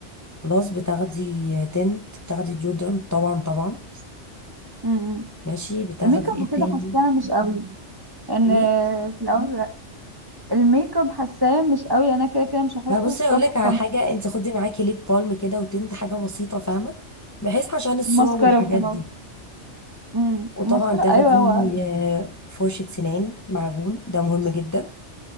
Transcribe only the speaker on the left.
خلاص بتاخدي تنت بتاخدي جوردن طبعا طبعا
ماشي بتاخدي
ايه
تاني
ايه
لا بصي
اقول لك على حاجة انت خدي معاكي ليب بالم كده وتنت حاجة بسيطة فاهمة بحيث عشان الصور
والحاجات
دي
وطبعا
تاخدي
آه، فرشة سنان معجون ده مهم جدا